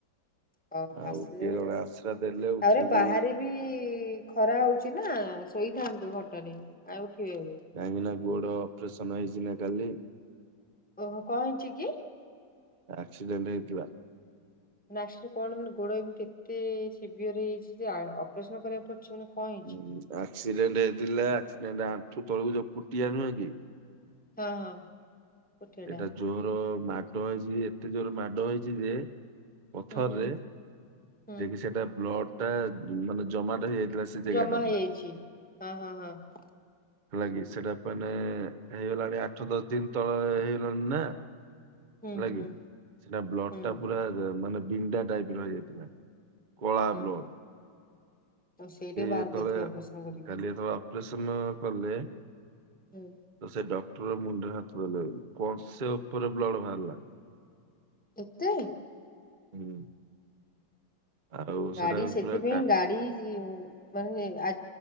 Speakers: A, in the centre; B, on the right.
A: ହଁ
B: ଆଉ
A: ଆସିଲେ
B: କିଏ ଜଣେ ଆଶ୍ରା ଦେଲେ
A: ତାପରେ
B: ଉଠିକି
A: ବାହାରେ ବି ଖରା ହଉଛି ନା ଶୋଇଥାନ୍ତୁ ଖଟରେ ଆଉ ଉଠିବେନି।
B: କାହିଁକି ନା ଗୋଡ଼ ଅପରେସନ ହେଇଛି ନା କାଲି।
A: ଓହୋ କଣ ହେଇଚି କି?
B: ଆକ୍ସିଡେଣ୍ଟ ହେଇଥିଲା।
A: ନାକ୍ସରେ କଣ ମାନେ ଗୋଡ ଏମିତି ଏତେ ସିଭିୟର ହେଇଯାଇଛି ଯେ ଅପରେସନ କରିବାକୁ ପଡିଛି ମାନେ କଣ ହେଇଛି?
B: ହଁ ଆକ୍ସିଡେଣ୍ଟ ହେଇଥିଲା ଆକ୍ସିଡେଣ୍ଟ ଆଣ୍ଠୁ ତଳକୁ ଯୋଉ ପୁଟିଆ ନୁହେଁ କି?
A: ହଁ ହଁ। କୋଠିଆ ଟା
B: ଏଇଟା ଜୋର ମାଡ ହେଇଛି ଏତେ ଜୋର ମାଡ ହେଇଛି ଯେ ପଥରରେ।
A: ହୁଁ ହୁଁ ହୁଁ
B: ଯେ କି ସେଟା ବ୍ଲଡ ଟା ମାନେ ଜମାଟା ହେଇଯାଇଥିଲା। ସେ ଜାଗା
A: ଜମା
B: ଟା
A: ହେଇଯାଇଛି
B: ପୁରା।
A: ହଁ ହଁ ହଁ।
B: ହେଲା କିି ସେଟା ମାନେ ହେଇଗଲାଣି ଆଠ ଦଶ ଦିନ ତଳେ ହେଇଗଲାଣି ନା। ହେଲା
A: ହୁଁ ହୁଁ
B: କି ସେଟା ବ୍ଲଡଟା
A: ହୁଁ
B: ପୁରା ମାନେ ବିଣ୍ଡା ଟାଇପର ହେଇଯାଇଥିଲା। କଳା
A: ହୁଁ
B: ବ୍ଲକ
A: ଆଉ ସେଇଟା କୁ ବାହାର
B: ଯେତେବେଳେ
A: କରିିଥିବ ଅପରେସନ କରିକି।
B: କାଲି ଯେତେବେଳେ ଅପରେସନ କଲେ
A: ହୁଁ।
B: ତ ସେ ଡକ୍ଟର ମୁଣ୍ଡରେ ହାତ ଦେଲେ କଂସେ ଉପରେ ବ୍ଲଡ ବାହାରିଲା।
A: ଏତେ।
B: ହୁଁ। ଆଉ
A: ଗାଡି
B: ସେଟାକୁ
A: ସେଥିପାଇଁ
B: ପୁରା କା
A: ଗାଡି ମାନେ ଆ